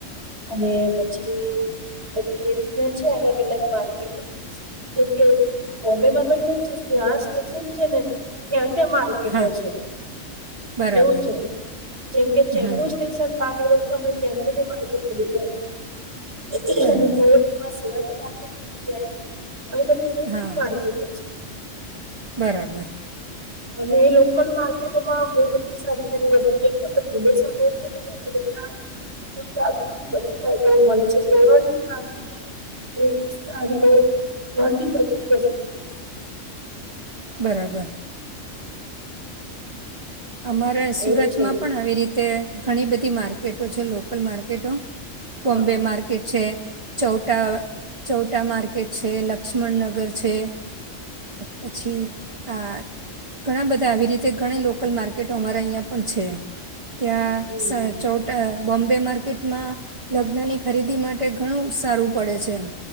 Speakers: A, on the right (about 50°); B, on the right (about 30°).
A: અને પછી બધી એ રીતના છે અલગ અલગ માર્કેટો. જેમ કે બોમ્બેમાં તો કેવું છે જ્યાં સ્ટેશન છે ને ત્યાં ત્યાં માર્કેટો
B: હા
A: છે.
B: બરાબર
A: એવું છે. જેમ કે ચેમ્બુર
B: હમ
A: સ્ટે સ્ટેશનમાં આવી હોય તો તમે ચેમ્બુરની માર્કેટ ભૂલી જાય. <unintelligible>
B: બરાબર
A: શીવાજી માર્કેટ મલી જાય. અહીં બધી બહુ
B: હા.
A: બધી માર્કેટો છે.
B: બરાબર.
A: અને એ લોકલ માર્કેટોમાં બહુ બધી સારી સારી વસ્તુઓ જેમ કે આપડે ભૂલેશ્વર લઈએ ને તો આપડે બધા ગુજરાતીઓની બધી આઈટમ મળે છે. તોરણથી માંડીને ડ્રેસ, સાડીઓ ઘરની બધી જ વસ્ત
B: બરાબર. અમારા સુરતમાં
A: એવું છે
B: પણ આવી રીતે ઘણી બધી માર્કેટો છે લોકલ માર્કેટો. બોમ્બે
A: હા
B: માર્કેટ છે. ચૌટા, ચૌટા માર્કેટ છે, લક્ષ્મણનગર છે. પછી આ ઘણા બધા આવી રીતે ઘણી લોક લોકલ માર્કેટો અમારા અહીંયા પણ છે. ત્યાં
A: હમ
B: સચોટ અ બોમ્બે માર્કેટમાં લગ્નની ખરીદી માટે ઘણું સારું પડે છે એમ.